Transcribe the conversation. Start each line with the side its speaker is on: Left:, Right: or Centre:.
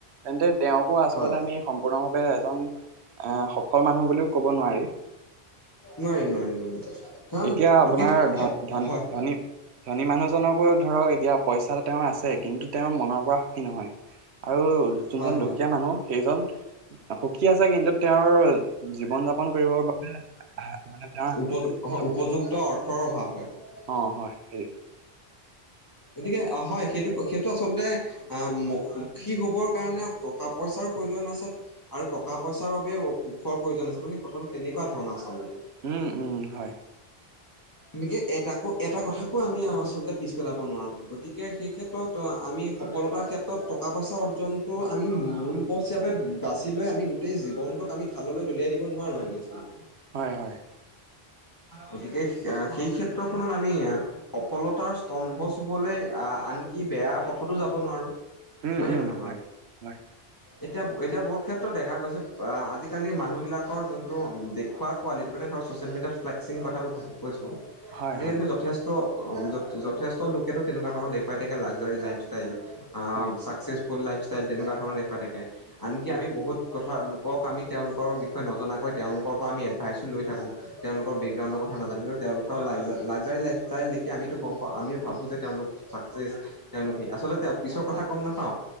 Right: তেন্তে তেওঁকো আচলতে
Left: হয়
Right: আমি সম্পূৰ্ণভাৱে এজন এ সফল মানুহ বুলিও ক'ব নোৱাৰি।
Left: নোৱাৰি, নোৱাৰি, নোৱাৰি। কাৰণ
Right: এতিয়া
Left: প্ৰকৃত
Right: আপোনাৰ ধন, ধন,
Left: হয়
Right: ধনী ধনী মানুহজনকো ধৰক এতিয়া পইচা তেওঁৰ আছে, কিন্তু তেওঁৰ মনৰ পৰা সুখী নহয় আৰু যোনজন
Left: হয় হয়
Right: দুখীয়া মানুহ সেইজন সুখী আছে কিন্তু তেওঁৰ জীৱন যাপন কৰিবৰ বাবে মানে তেওঁ
Left: উপযু উপযুক্ত অৰ্থৰ অভাৱ হয়।
Right: অ <inaudible>
Left: গতিকে হয় সেইটো, সেইটো আচলতে আহ, সুখী হবৰ কাৰণে টকা পইচাৰ প্ৰয়োজন আছে আৰু টকা পইচাৰ বাবে সুখৰ প্ৰয়োজন আছে, মানে কথাটো তেনেকুৱা ধৰণৰ আচলতে।
Right: উম উম, হয়।
Left: এনেকে এটাকো এটা কথাকো আমি আচলতে পিছ পেলাব নোৱাৰো গতিকে সেই ক্ষেত্ৰত ত আমি সফলতাৰ ক্ষেত্ৰত টকা, পইচা অৰ্জনটো আমি মূল পথ হিচাপে বাচি লৈ আমি গোই জীৱনটোক আমি খাললৈ দলিয়াই দিব নোৱাৰো আমি আচলতে।
Right: হয়-হয়।
Left: গতিকে সেই ক্ষেত্ৰখনত আমি সফলতাৰ স্তম্ভ চুবলৈ আহ, আনকি বেয়া পথতো যাব নোৱাৰো।
Right: উম
Left: হয়নে,
Right: উম
Left: নহয়
Right: হয়
Left: বাৰু?
Right: হয়
Left: এতিয়া-এতিয়া বহুত ক্ষেত্ৰত দেখা গৈছে। আজিকালি মানুহবিলাকৰ যোনটো দেখুওৱা কোৱালিটি মানে ধৰ মিডিয়াত ফ্লেক্সিং কথাটো কৈছোঁ,
Right: হয়
Left: আজি
Right: হয়
Left: কালিতো যথেষ্ট যথেষ্ট লোকেতো তেনেকুৱা ধৰণৰ দেখুৱাই থাকে, লাকজাৰী লাইফষ্টাইল
Right: হয়
Left: চাকচেচ ফুল লাইফষ্টাই তেনেুৱ ধৰণৰ দেখুৱাইকে। আনকি
Right: উম
Left: আমি বহুত কথা লোকক আমি তেওঁলোকৰ বিষয়ে নজনাকৈ তেওঁলোকৰ পৰা আমি এডভাইচো লৈ থাকো। তেওঁলোক বেকগ্ৰাউণ্ডৰ কথাজান কিন্ত তেওঁলোকৰ ল, লজাৰী লাই ইল দেখি আমিতো গম পা, আমি ভাবোঁ যে তেওঁলোক চাকচচ তেওঁলোকেই আচলতে পিছৰ কথা গম নাপাও